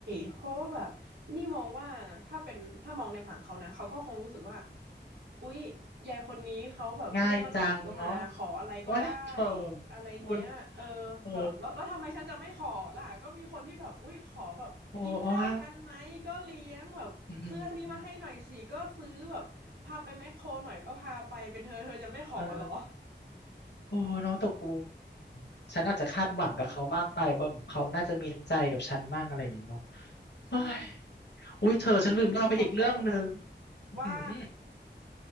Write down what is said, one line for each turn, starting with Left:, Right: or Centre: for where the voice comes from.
Right: เพราะว่าแบบนี่มองว่าถ้าเป็นถ้ามองในฝั่งเขานะเขาก็คงรู้สึกว่าอุ๊ยยายคนนี้เขาแบบเรียกเมื่อไหร่ก็มาขออะไรก็ได้
Left: ง่ายจังเนาะโอ้ยเธอ
Right: อะไรเงี้ยเออ
Left: พูดโอ้
Right: แบบแล้วแล้วทำไมฉันจะไม่ขอล่ะก็มีคนที่แบบอุ๊ยขอแบบกินข้าวกันไหมก็เลี้ยงแบบซื้ออันนี้มาให้หน่อยสิก็ซื้อแบบพาไปแมคโครหน่อยก็พาไปเป็นเธอเธอจะไม่ขอเหรอ
Left: โอ้ว่าอืมเออโอ้น้องตกกูฉันอาจจะคาดหวังกับเขามากไปว่าแบบเขาน่าจะมีน้ำใจกับฉันมากอะไรอย่างเงี้ยเนาะ
Right: <laughs> เออใช่
Left: เฮ้ยอุ้ยเธอฉันลืมเล่าไปอีกเรื่องหนึ่ง
Right: ไม่งั้นเธอก็ลองขอเขาบ้าง
Left: อื้อหือ
Right: ว่า